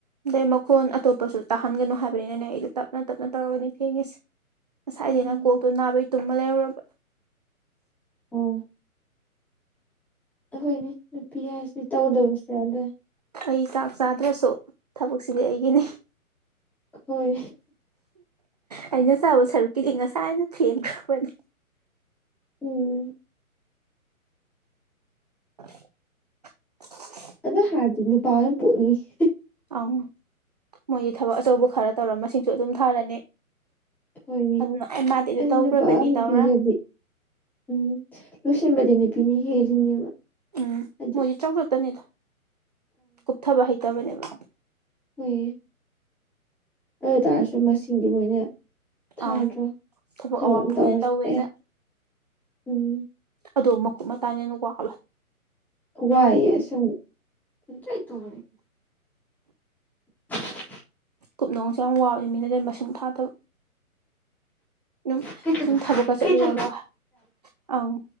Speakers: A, on the right; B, in the centre.
A: ꯑꯗꯩ ꯃꯈꯣꯟ ꯑꯇꯣꯞꯄꯁꯨ ꯇꯥꯍꯟꯒꯅꯨ ꯍꯥꯏꯕꯅꯤꯅꯅꯦ ꯑꯩꯗꯣ ꯇꯞꯅ ꯇꯞꯅ ꯇꯧꯔꯒꯅꯤ ꯐꯦꯡꯉꯤꯁꯦ ꯉꯁꯥꯏꯗꯩꯅ
B: ꯎꯝ
A: ꯀꯣꯛꯇꯣ ꯅꯥꯕꯩ ꯇꯨꯝꯃ ꯂꯩꯔꯨꯔꯕ
B: ꯎꯝ ꯑꯩꯈꯣꯏꯗꯤ ꯅꯨꯄꯤ ꯍꯥꯏꯁꯦ ꯇꯧꯗꯕꯁꯨ ꯌꯥꯗꯦ
A: ꯑꯩ ꯆꯥꯛ ꯆꯥꯗ꯭ꯔꯁꯨ ꯊꯕꯛꯁꯤꯗꯤ ꯑꯩꯒꯤꯅꯤ
B: ꯍꯣꯏ
A: ꯑꯩꯅ ꯆꯥꯕ ꯁꯔꯨꯛꯀꯤꯗꯤ ꯉꯁꯥꯏꯅ ꯐꯦꯡꯈꯔꯕꯅꯤ
B: ꯎꯝ
A: <unintelligible>
B: ꯑꯗꯨ ꯍꯥꯏꯔꯗꯤ ꯅꯨꯄꯥ ꯑꯣꯏꯅ ꯄꯣꯛꯅꯤꯡꯉꯤ
A: ꯑꯪ ꯃꯣꯏꯒꯤ ꯊꯕꯛ ꯑꯆꯧꯕ ꯈꯔ ꯇꯧꯔ ꯃꯁꯤꯡꯁꯨ ꯑꯗꯨꯝ ꯊꯥꯔꯅꯤ
B: ꯍꯣꯏꯅꯦ
A: ꯑꯗꯨꯅ ꯑꯩ ꯃꯥꯗꯤ ꯑꯗꯨ
B: ꯑ
A: ꯇꯧꯈ꯭ꯔꯕꯅꯤ
B: ꯅꯨꯄꯥ ꯅꯨꯄꯤꯒꯗꯤ
A: ꯇꯧꯔ
B: ꯎꯝ ꯂꯣꯏꯁꯤꯟꯕꯗꯤ ꯅꯨꯄꯤꯅ ꯍꯦꯜꯂꯤꯅꯦꯕ
A: ꯎꯝ
B: ꯍꯥꯏꯗꯤ
A: ꯃꯣꯏꯁꯦ ꯆꯥꯎꯈꯠꯄꯅꯤꯗ ꯀꯨꯞꯊꯕ ꯍꯩꯇꯕꯅꯦꯕ
B: ꯍꯣꯏ ꯑꯗꯨꯇꯥꯔꯁꯨ ꯃꯁꯤꯡꯗꯤ ꯃꯣꯏꯅ ꯊꯥꯗ꯭ꯔꯣ
A: ꯑꯪ
B: ꯊꯕꯛ
A: ꯑꯋꯥꯕ
B: ꯑꯃ ꯇꯧꯔꯁꯨ
A: ꯃꯣꯏꯅ ꯇꯧꯋꯦꯗ
B: ꯑꯦ ꯎꯝ
A: ꯑꯗꯣ ꯃꯀꯨꯞ ꯃꯇꯥꯅꯦꯅ ꯋꯥꯕ ꯍꯦꯜ
B: ꯋꯥꯏꯌꯦ ꯑꯁꯦꯡꯕ ꯀꯇꯥꯏ ꯇꯨꯡ <unintelligible>
A: ꯀꯨꯞꯅꯨꯡꯁꯦ ꯌꯥꯝ ꯋꯥꯕꯁꯦ ꯃꯤꯅꯗꯤ ꯃꯁꯤꯡ ꯊꯥꯗꯕ ꯑꯗꯨꯝ
B: ꯀꯩ ꯊꯕꯛ
A: ꯁꯨꯝ ꯊꯕꯛꯀ
B: ꯀꯩ
A: ꯆꯠꯂꯨꯔꯒ
B: ꯊꯕꯛ
A: ꯑꯪ